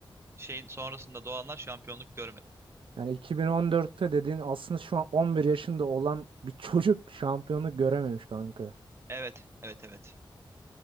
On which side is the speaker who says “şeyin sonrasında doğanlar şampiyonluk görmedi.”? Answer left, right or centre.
Right